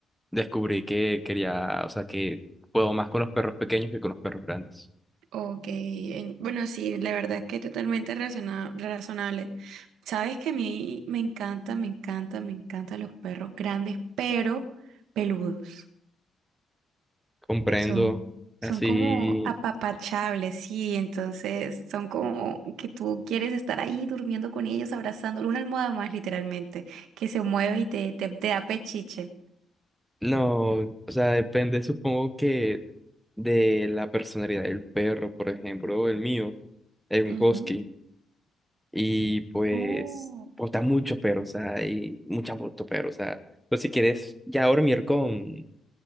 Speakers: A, in the centre; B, on the right (about 85°).
A: descubrí que quería, o sea, que puedo más con los perros pequeños que con los perros grandes.
B: Ok, en- bueno, sí, la verdad es que totalmente relaciona- razonable. Sabes que a mí me encanta, me encanta, me encantan los perros grandes, pero peludos.
A: Comprendo,
B: Son,
A: así,
B: son como apapachables, sí, entonces son como que tú quieres estar ahí durmiendo con ellos, abrazándolo, una almohada más literalmente, que se mueve y te, te, te da pechiche.
A: no, o sea, depende, supongo que de la personalidad del perro, por ejemplo, el mío es un
B: Ujú.
A: husky y pues
B: Oh.
A: está mucho perro, o sea, hay mucha mucho perro, o sea, pero si quieres ya dormir con